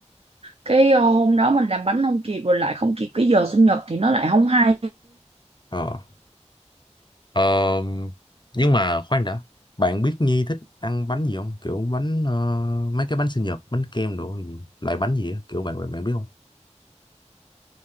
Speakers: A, on the right (about 55°); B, on the left (about 40°).
A: cái ờ, hôm đó mình làm bánh không kịp rồi lại không kịp cái giờ sinh nhật thì nó lại không hay
B: Ờ. Ờm, nhưng mà khoan đã. Bạn biết Nhi thích ăn bánh gì không? Kiểu bánh ờ, mấy cái bánh sinh nhật, bánh kem đồ gì, loại bánh gì á, kiểu bạn bạn bạn biết không?